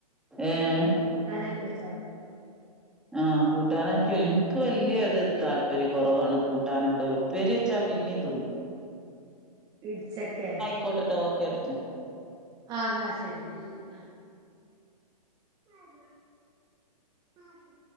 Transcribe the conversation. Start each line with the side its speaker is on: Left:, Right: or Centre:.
Centre: ഏ
Right: ചക്ക കൂട്ടാനായിട്ട് വെച്ചാലും തിന്നും
Centre: ആ കൂട്ടാനൊക്കെ എനിക്ക് വല്യത് താല്പര്യം കുറവാണ് കൂട്ടാനൊക്കെ ഉപ്പേരിവെച്ചാ പിന്നേം തിന്നും
Right: ഇട്ച്ചക്കെ
Centre: റിപ്പോട്ടൊട്ത്ത് ഓക്കെ അടിച്ച
Right: ആഹ് എന്നാ ശരി എന്നാ ശരി ആഹ് അതെ... അതെ